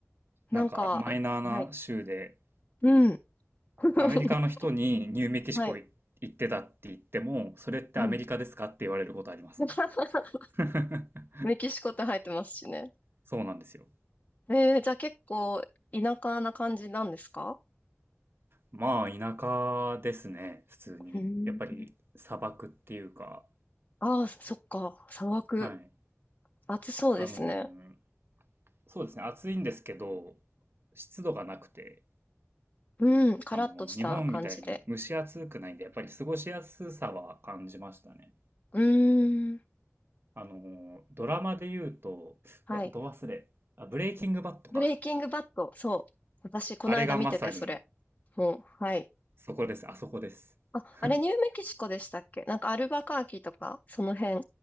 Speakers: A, on the left (about 35°); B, on the right (about 50°).
A: なんか、
B: なんか、マイナーな州で、
A: はい。うん。<laughs>
B: アメリカの人にニューメキシコい行ってたって言っても、
A: はい。
B: それってアメリカですかって言われることありますね。
A: うん。<laughs>
B: <laughs>
A: メキシコって入ってますしね。
B: そうなんですよ。
A: ええ、じゃあ結構田舎な感じなんですか
B: まあ、田舎ですね。普通に。
A: うん。
B: やっぱり、砂漠っていうか、
A: ああ、そっか。砂漠。
B: はい。
A: 暑そうですね。
B: あのーそうですね、暑いんですけど、湿度がなくて、
A: うん、カラッとした感じで。
B: あのー日本みたいに蒸し暑くないんで、やっぱり過ごしやすさは感じましたね。
A: うーん、
B: あのードラマで言うと、
A: はい。
B: うわ、ど忘れ、あ、ブレイキングバッドか。
A: ブレイキングバッド、そう。私、この間見てて、
B: あれがまさに、
A: それ。もう、はい。
B: そこです、あそこです。
A: あ、
B: <laughs>
A: あれ、ニューメキシコでしたっけなんか、アルバカーキとか、その辺、